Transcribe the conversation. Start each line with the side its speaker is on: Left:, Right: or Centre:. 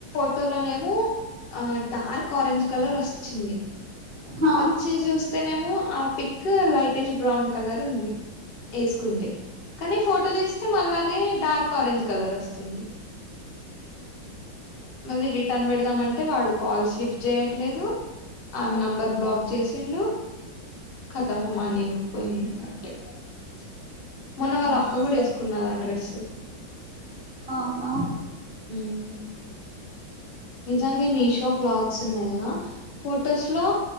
Left: ఫోటో లోనేమో ఆ డార్క్ ఆరెంజ్ కలర్ వస్ వచ్చింది
Right: హా
Left: వచ్చి చూస్తేనేమో ఆ పిక్కు లైటిష్ బ్రౌన్ కలరు ఉంది ఏసుకుంటే కానీ ఫోటో తీస్తే మళ్ళా అదే డార్క్ ఆరెంజ్ కలర్ వస్తుంది మళ్ళీ రిటన్ పెడదామ్ అంటే వాడు కాల్స్ లీఫ్ జేయట్లేదు ఆమ నంబర్ బ్లాక్ చేసిండు కథము మనీ గూ పోయింద్ అట్టే <unintelligible> మొన్న వాళ్ళ
Right: అస్స
Left: అక్క కూడా ఏసుకున్నది ఆ డ్రస్సు
Right: అవునా
Left: ఉమ్ నిజంగా మీషో క్లాత్స్ ఉన్నాయి కదా ఫూటోస్ లో